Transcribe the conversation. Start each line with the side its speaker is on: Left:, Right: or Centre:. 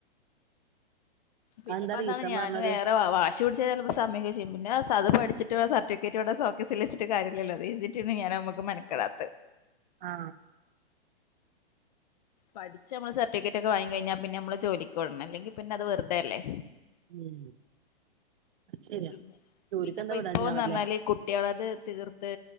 Left: പിന്നിപ്പോ
Right: അതെന്താ
Left: അതാണ്
Right: റീസൺ
Left: ഞാനും
Right: പറഞ്ഞത്
Left: വേറെ വാശി പിടിച്ചാ ചിലപ്പോ സമ്മയ്ക്കൊക്ക ചെയ്യും പിന്നെ അത് പഠിച്ച് <unintelligible> സർട്ടിഫിക്കറ്റ് ഇവിടെ സൊകേഴ്സിലുവച്ചിട്ട് കാര്യോല്ലല്ലോ അധെർതിട്ടെന്നെ ഞാനാമക്ക് മനക്കടാത്ത്
Right: ആ
Left: പഠിച്നമ്മള് സർട്ടിഫിക്കറ്റൊക്കെ വാങ്ങി കഴിഞ്ഞാ പിന്നെ നമ്മള് ജോലിക്ക് വിടണം അല്ലെങ്കി പിന്നെ അത് വെറുതെയല്ലേ
Right: ഉം ശരിയാ
Left: പിന്നെ
Right: ജോലിക്കെന്താ
Left: പിന്നെപ്പോ ഇപ്പൊന്ന്
Right: വിടാഞ്ഞാവല്ലേ
Left: പറഞ്ഞാല് കുട്ടികളത് തീർത്ത്